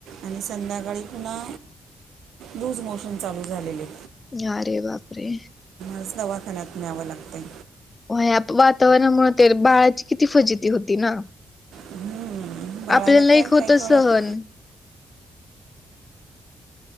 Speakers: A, on the right; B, on the left.
A: आणि संध्याकाळी पुन्हा लूज मोशन चालू झालेले..
B: या रे बापरे!
A: आज दवाखान्यात न्यावं लागतंय.
B: होय यात वातावरणामुळं ते बाळाची किती फजिती होती ना.
A: हम्म बाळाला
B: आपल्याला
A: काय
B: एक होत
A: काय कळतं..
B: सहन